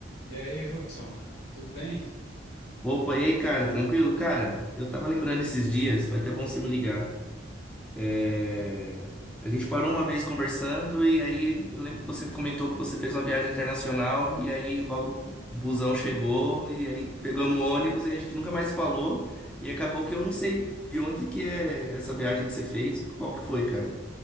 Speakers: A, on the left; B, in the centre.
A: E aí, Hudson, tudo bem?
B: Opa, e aí, cara, tranquilo? Cara, eu tava lembrando esses dias, foi até bom você me ligar. É, A gente parou uma vez conversando e aí eu lembro que você comentou que você fez uma viagem internacional e aí logo o busão chegou e aí pegamos o ônibus e a gente nunca mais falou e acabou que eu não sei de onde que é essa viagem que você fez, qual que foi, cara?